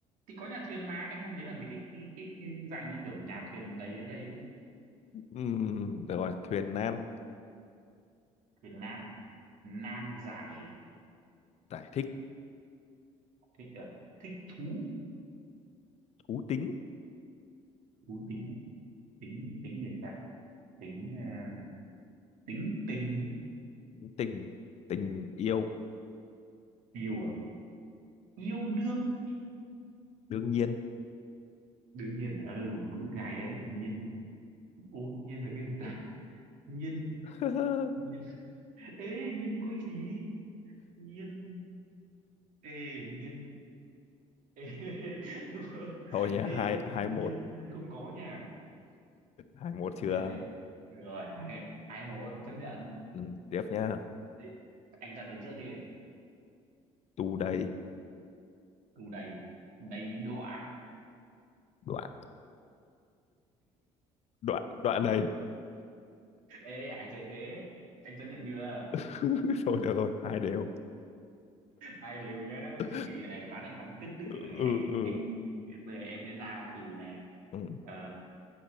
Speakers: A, on the right (about 75°); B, on the left (about 50°).
A: thì có nhà thuyền mà anh không thấy là mấy cái cái, cái, cái dạng như kiểu nhà thuyền đấy đấy
B: Ừm, được rồi thuyền nan
A: thuyền nan nan giải
B: giải thích
A: thích à thích thú
B: thú tính
A: thú tính á. tính tính gì ta tính ờ, tính tình
B: tình tình yêu
A: yêu à yêu đương
B: đương nhiên
A: đương nhiên à, ừ cũng gài đấy nhiên ô nhiên là cái gì ta nhiên
B: <laughs>
A: nhiên ê nhiên có cái gì nhiên ê nhiên ê <laughs> đúng rồi.
B: thôi nhá
A: ê
B: hai hai
A: tính nhiên
B: một
A: nhiên không có nha
B: hai một
A: ok
B: chưa
A: rồi hai hai một chấp nhận
B: ừ, tiếp nhá
A: Đi. anh ra từ trước đi
B: tù đầy
A: tù đầy đầy đọa
B: đoạn đoạn đoạn đầy
A: ê ai chơi thế anh chấp nhận chưa
B: <laughs> thôi được rồi hai đều
A: hai đều nhá
B: ừ
A: chuẩn bị này ván này ván quyết định
B: ừ
A: này này. anh
B: ừ
A: anh bây giờ em sẽ ra từ này
B: Ừ.
A: Ờ,